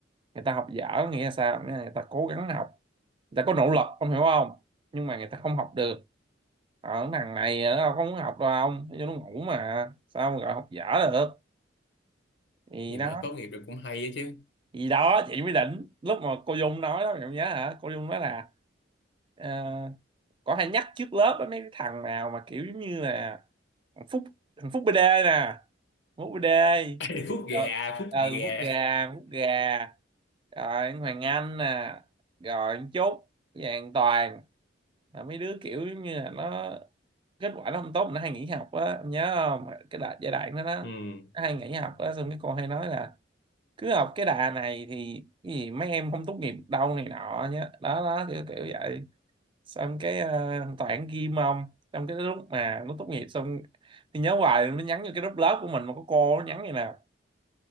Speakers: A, on the right; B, on the left.
A: người ta học dở có nghĩa là sao nghĩa là người ta cố gắng học người ta có nỗ lực ông hiểu không nhưng mà người ta không học được ở thằng này nó đâu có muốn học đâu ông cho nó ngủ mà sao mà gọi học dở được thì
B: thì
A: đó
B: mà tốt nghiệp được cũng hay á chứ
A: thì đó chị mới đỉnh lúc mà cô Dung nói đó mày không nhớ hả cô Dung nói là ờ, có hay nhắc trước lớp á, mấy cái thằng nào mà kiểu giống như là thằng Phúc thằng Phúc BD nè Phúc BD
B: <laughs> Ê, phút
A: ờ,
B: gà phút
A: ờ,
B: gà
A: thằng Phúc gà thằng Phúc gà rồi anh Hoàng Anh nè rồi anh Trúc Vàng Toàn là mấy đứa kiểu giống như là nó kết quả nó không tốt mà nó hay nghỉ học á em nhớ không cái đại giai đoạn đó nó,
B: ừ
A: nó hay nghỉ học á xong cái cô hay nói là cứ học cái đà này thì cái gì mấy em không tốt nghiệp đâu này nọ nhá đó đó kiểu, kiểu vậy xong cái ờ, thằng Toản ghim ông xong cái lúc mà nó tốt nghiệp xong thì nhớ hoài nó nhắn vô cái group lớp của mình mà có cô nó nhắn như nào